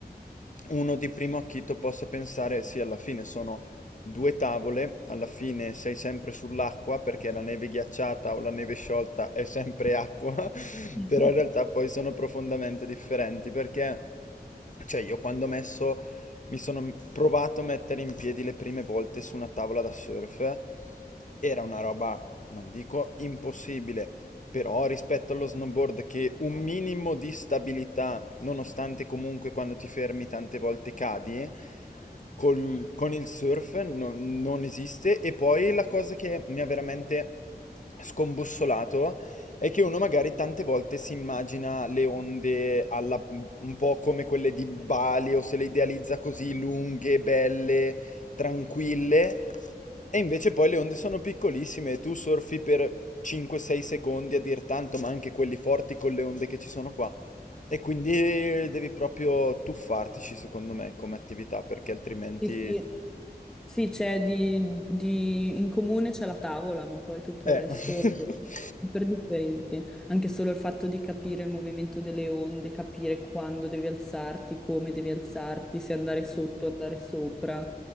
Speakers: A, on the left; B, in the centre.
A: uno di primo acchito possa pensare, sì, alla fine sono due tavole, alla fine sei sempre sull'acqua perché la neve ghiacciata o la neve sciolta è sempre acqua, <laughs>
B: <laughs>
A: però in realtà poi sono profondamente differenti perché, cioè, io quando ho messo mi sono provato a mettere in piedi le prime volte su una tavola da surf. Era una roba, non dico impossibile, però rispetto allo snowboard che un minimo di stabilità, nonostante comunque quando ti fermi tante volte cadi, col- con il surf non non esiste. E poi la cosa che mi ha veramente scombussolato è che uno magari tante volte si immagina le onde alla- un po' come quelle di Bali o se le idealizza così lunghe, belle, tranquille e invece poi le onde sono piccolissime e tu surfi per 5-6 secondi a dir tanto, ma anche quelli forti con le onde che ci sono qua. E quindi devi proprio tuffartici, secondo me, come attività, perché altrimenti...
B: Sì, sì, Sì, c'è di, di- in comune c'è la tavola, ma poi tutto
A: Eh,
B: il resto
A: <laughs>
B: è super differente. Anche solo il fatto di capire il movimento delle onde, capire quando devi alzarti, come devi alzarti, se andare sotto, andare sopra.